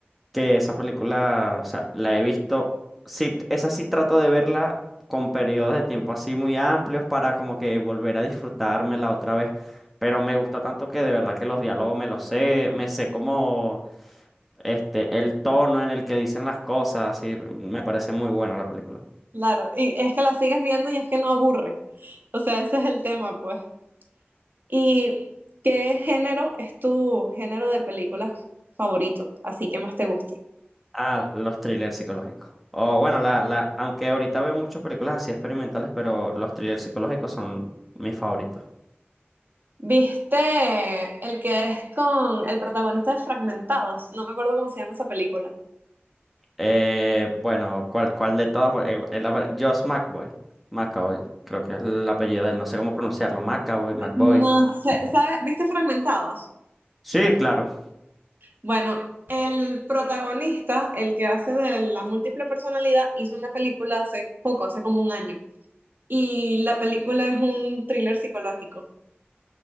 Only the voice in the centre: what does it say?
que esa película, o sea, la he visto, sí, esa sí trato de verla con periodos de tiempo así muy amplios para como que volver a disfrutármela otra vez, pero me gusta tanto que de verdad que los diálogos me los sé, me sé como este, el tono en el que dicen las cosas, sí, me parece muy buena la película.
Ah, los thrillers psicológicos. O bueno, la, la, aunque ahorita veo muchas películas así experimentales, pero los thrillers psicológicos son mis favoritos.
Eh, bueno, ¿cuál, cuál de todas? Eh, el apel- Josh McBoy. McAvoy, creo que es el apellido de él, no sé cómo pronunciarlo. McAvoy, McBoy.
Sí, claro.